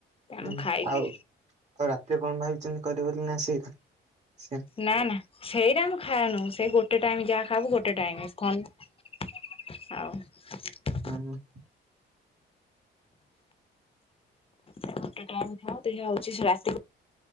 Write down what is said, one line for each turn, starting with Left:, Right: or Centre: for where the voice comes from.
Left: ଆମେ
Right: ହୁଁ
Left: ଖାଇକି
Right: ଆଉ ଆଉ ରାତିରେ କଣ ଭାବିଛନ୍ତି କରିବେ ବୋଲି ନାସ ସେଇଟା ସେଇଆ
Left: ନା ନା ସେଇଟା ଆମେ ଖାଇନୁ ସେଇ ଗୋଟେ ଟାଇମ ଯାହା ଖାଇବୁ ଗୋଟେ ଟାଇମ ଥଣ୍ଡା ଆଉ
Right: ହୁଁ ହୁଁ
Left: ଗେଟେ ଟାଇମ୍ <unintelligible> ହଉଛି ସେ ରାତିକୁ